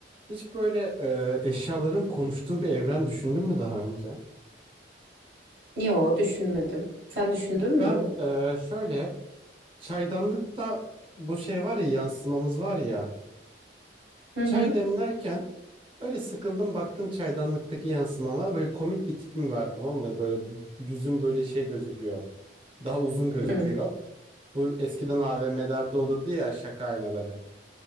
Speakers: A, on the right; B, on the right.
A: Hiç böyle e, eşyaların konuştuğu bir evren düşündün mü daha önce?
B: Yo düşünmedim. Sen düşündün
A: Ben
B: mü?
A: e, şöyle çaydanlıkta bu şey var ya yansımamız var ya.
B: Hı hı.
A: Çay demlerken öyle sıkıldım baktım çaydanlıktaki yansımama böyle komik bir tipim var tamam mı? Böyle bu- yüzüm böyle şey gözüküyor. Daha uzun gözüküyor.
B: Hı.
A: Bu eskiden AVM'lerde olurdu ya şaka aynaları.